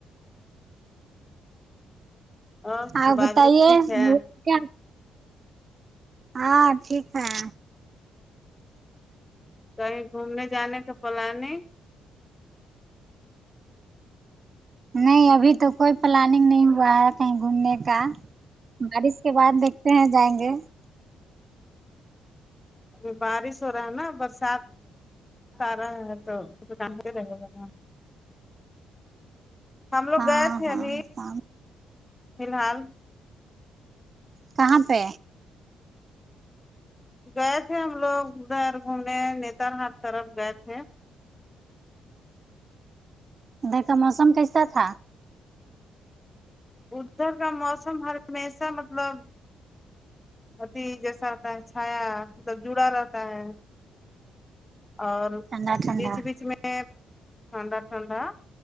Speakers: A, on the left (about 15°); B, on the right (about 40°).
A: اور
B: آپ
A: باجی
B: بتائیے
A: لوگ ٹھیک ہے
B: ہو کیا ہاں ٹھیک ہے
A: کہیں گھومنے جانے کا پلاننگ
B: نہیں ابھی تو کوئی پلاننگ نہیں ہوا ہے کہیں گھومنے کا بارش کے بعد دیکھتے ہیں جائیں گے
A: اب بارش ہو رہا ہے نا برسات برات آ رہا ہے توان رہے گا نا ہم لوگ
B: ہاں
A: گئے تھے
B: ہاں
A: ابھی
B: ہاں
A: فی الحال
B: کہاں پہ
A: گئے تھے ہم لوگ ادھر گھومنے نیتر ہٹ طرف گئے تھے
B: دیکھا موسم کیسا تھا
A: ادھر کا موسم ہر ہمیشہ مطلب اتیھی جیسا ہوتا ہے چھایا مطلب جڑا رہتا ہے اور
B: ٹھنڈا ٹھنڈا
A: بیچ بیچ میں ٹھنڈا ٹھنڈا